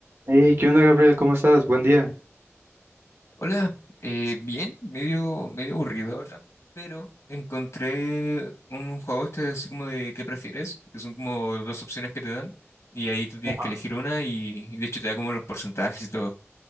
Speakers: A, on the right; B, on the left.
A: Hey, ¿qué onda, Gabriel? ¿Cómo estás? Buen día.
B: Hola, eh, bien, medio, medio aburrido ahora, pero encontré un juego este así como de ¿qué prefieres? Que son como dos opciones que te dan y ahí tú tienes
A: Ajá.
B: que elegir una y, y de hecho te da como los porcentajes y todo.